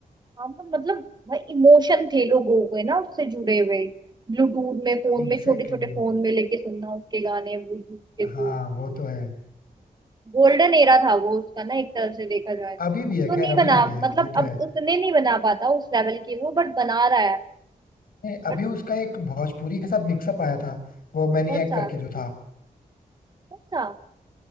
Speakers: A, on the right; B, on the left.
A: हाँ मतलब मतलब भाई इमोशन थे लोगों के ना उससे जुड़े हुए ब्लूटूथ में फोन
B: Exactly
A: में छोटे छोटे
B: exactly.
A: फोन में लेके सुनना उसके गाने ब्लूटूथ के थ्रू
B: हाँ वो तो है
A: गोल्डन एरा था वो उसका ना एक तरह से देखा जाए तो
B: अभी
A: अब
B: भी है
A: तो
B: खैर
A: नहीं बना
B: अभी भी है
A: मतलब
B: ये तो
A: अब
B: है
A: उतने नहीं बना पाता उस लेवल के वो बट बना रहा है
B: नहीं, अभी
A: बट
B: उसका एक भोजपुरी के साथ मिक्सअप आया था वो मैनिएक
A: कौन सा
B: करके जो था
A: कौन सा